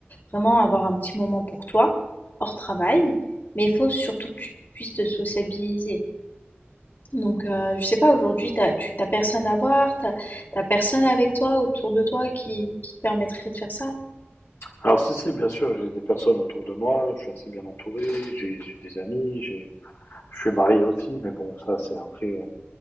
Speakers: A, on the left; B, on the left.
A: vraiment avoir un petit moment pour toi, hors travail, mais il faut surtout que tu puisses te sociabiliser. Donc, euh, je sais pas, aujourd'hui, t'as, tu t'as personne à voir, t'as, t'as personne avec toi, autour de toi, qui, qui te permettrait de faire ça.
B: Alors si, si, bien sûr, j'ai des personnes autour de moi, je suis assez bien entouré, j'ai j'ai des amis, j'ai je suis marié aussi, mais bon, ça c'est après, euh,